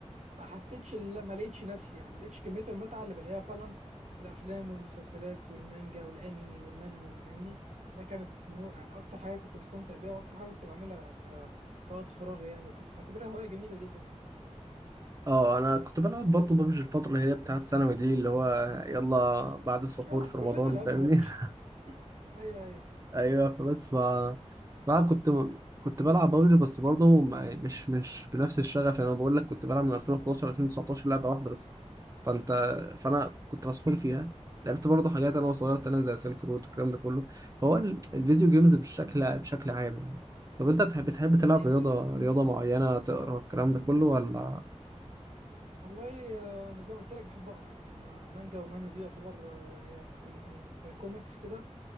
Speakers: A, on the right; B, on the right.
A: ما حسيتش لا ما لقيتش نفسي يعني ما لقيتش كميه المتعه اللي بلاقيها فعلا في الافلام والمسلسلات والمانجا والانمي والمانهو فاهمني ده كانت مو- يعني اكتر حاجه كنت بستمتع بيها واكتر حاجه كنت بعملها ك كوقت فراغي يعني وكنت بعتبرها هوايه جميله جدا يعني
B: اه انا كنت بلعب برضه ببجي الفترة اللي هي بتاعت ثانوي دي اللي هو يلا بعد السحور
A: اه
B: في
A: كلنا
B: رمضان
A: لعبنا
B: فاهمني
A: بابجي
B: <laughs>
A: ايوه ايوه
B: ايوه فبس ف فانا كنت كنت بلعب بابجي بس برضه ما- مش مش بنفس الشغف يعني انا بقول لك كنت بلعب من 2011 ل 2019 لعبه واحده بس فانت فانا كنت مسحول فيها لعبت برضه حاجات انا وصغير تانية زي سيلك رود والكلام ده كله فهو ال- الفيديو جيمز بشكل بشكل عام يعني طب انت تحب تحب تلعب
A: ايوه
B: رياضه
A: ايوه
B: رياضه معينه تقرا الكلام ده كله ولا
A: والله آه، انا زي ما قلت لك بحب اقرا يعني انا مانجا ومانو دي يعتبر آه، هي يعني زي كوميكس كده